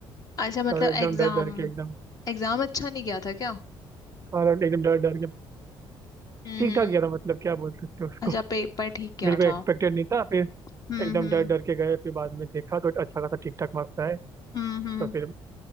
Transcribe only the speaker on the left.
अच्छा मतलब
एग्जाम
एग्जाम अच्छा नहीं गया था क्या
हम्म
अच्छा
पेपर ठीक किया
था
हम्म
हम्म
हम्म हम्म